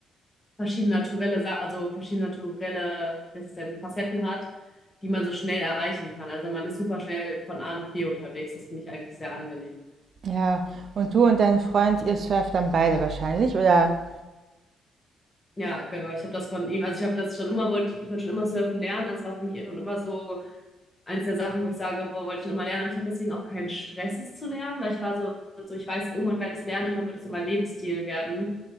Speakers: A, on the left (about 25°); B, on the right (about 55°).
A: verschiedene naturelle, Sa- also verschiedene naturelle, wie heißt es denn, Facetten hat, die man so schnell erreichen kann. Also man ist super schnell von A nach B unterwegs. Das finde ich eigentlich sehr angenehm.
B: Ja, und du und dein Freund, ihr surft dann beide wahrscheinlich, oder?
A: Ja, genau. Ich habe das von ihm, also ich habe das schon immer, wollte, ich wollte schon immer surfen lernen. Also es war für mich eh schon immer so eins der Sachen, wo ich sage, boah, wollte ich schon immer lernen. Aber ich habe deswegen auch keinen Stress, es zu lernen, weil ich war so, so ich weiß, irgendwann werde ich es lernen, irgendwann wird es so mein Lebensstil werden.